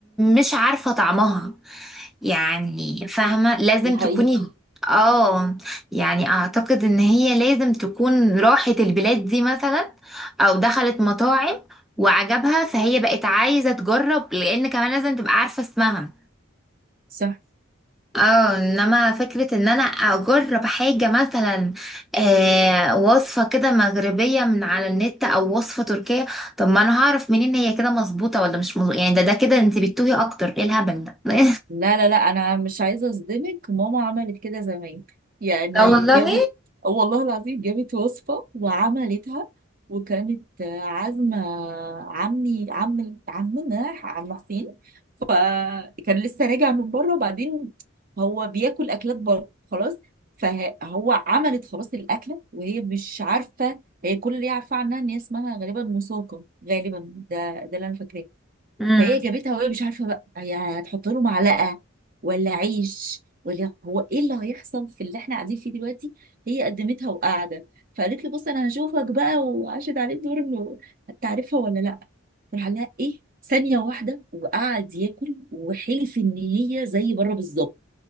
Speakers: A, in the centre; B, on the right (about 45°).
A: مش عارفه طعمها يعني فاهمه لازم
B: دي حقيقة
A: تكوني اه يعني اعتقد ان هي لازم تكون راحت البلاد دي مثلا او دخلت مطاعم وعجبها فهي بقت عايزه تجرب لان كمان لازم تبقى عارفه اسمها
B: صح
A: اه انما فكرة ان انا اجرب حاجة مثلا آه وصفة كده مغربية من على النت او وصفة تركية طب ما انا هعرف منين هي كده مظبوطة ولا مش مظبوطة يعني ده ده كده انت بتتوهي اكتر ايه الهبل ده <laughs>
B: لا لا لا انا مش عايزه اصدمك ماما عملت كده زمان يعني
A: لا والله
B: جابت والله العظيم جابت وصفه وعملتها وكانت آه، عازمه عمي عم عمنا عم حسين فكان لسه راجع من بره وبعدين هو بياكل اكلات بره خلاص فهو عملت خلاص الاكله وهي مش عارفه هي كل اللي هي عارفاه عنها ان هي اسمها غالبا مساقه غالبا ده ده اللي انا فاكراه
A: امم
B: فهي جابتها وهي مش عارفه بقى هي هتحط له معلقه ولا عيش ولا هو ايه اللي هيحصل في اللي احنا قاعدين فيه دلوقتي هي قدمتها وقاعده فقالت له بص انا هشوفك بقى وعاشت عليه الدور انه هتعرفها ولا لا راح لها ايه ثانيه واحده وقعد ياكل وحلف ان هي زي بره بالظبط